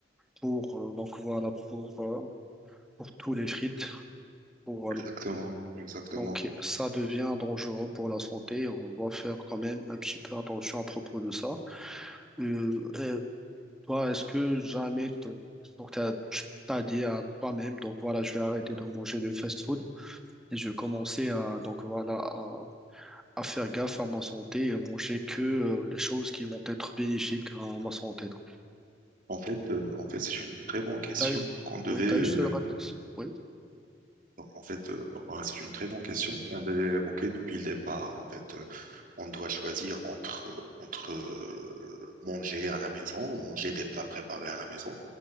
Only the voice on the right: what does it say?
exactement,
exactement.
En fait, euh, en fait, c'est une très bonne question
qu'on devait.
euh,
en fait, euh, ouais, c'est une très bonne question qu'on devait évoquer depuis le départ. En fait, euh, On doit choisir entre, entre euh, manger à la maison, manger des plats préparés à la maison,